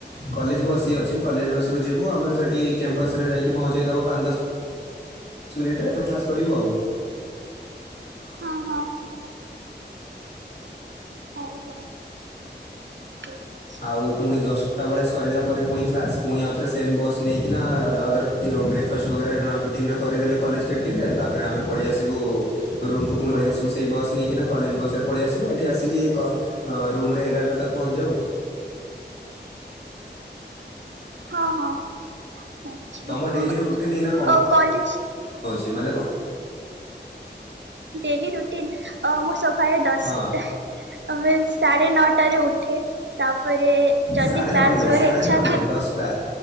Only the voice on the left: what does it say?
କଲେଜ ବସ ବି ଅଛି। କଲେଜ ବସ ରୁ ଯିବୁ ଆମର ସେଇଠି କ୍ୟାମ୍ପସରେ ଯାଇକି ପହଞ୍ଚେଇଦବ ପାଞ୍ଚ ଦଶ ମିନିଟ ରେ ଆମେ କ୍ଲାସ୍ କରିବୁ ଆଉ।
ଆଉ ପୁଣି ଦଶଟା ବେଳେ ସରିଲା ପରେ ପୁଣି କ୍ଲାସ୍ ପୁଣି ଆଉଥରେ ସେମ୍ ବସ୍ ନେଇକିନା ଜା ଅଗର ଟିୟୁଁ ବ୍ରେକ୍ ଫାଷ୍ଟ ବଗେରା କ୍ୟାଣ୍ଟିନ୍ ରେ କରିଦେଲେ କଲେଜ୍ କ୍ୟାଣ୍ଟିନ୍ ରେ ତାପରେ ଆମେ ପଳିଆସିବୁ। ରୁମ୍କୁ ପୁଣି ପଳିଆସିବୁ ସେଇ ବସ୍ ନେଇକିନା କଲେଜ ବସରେ ପଳିଆସିବୁ ଏଠି ଆସିକି କ ରୁମ୍ରରେ ଏଗାରଟା ତକ ପହଞ୍ଚିଯାଉ।
ତମ
ଡେଲି ରୁଟିନ୍
ଏଇନା କ'ଣ
ଅଛି ମାନେ କଣ?
ହଁ
ସାଢ଼େ
ନଅ ନୁହେଁ
ସାଢ଼େ
ନଅ ନୁହେଁ
ଦଶଟା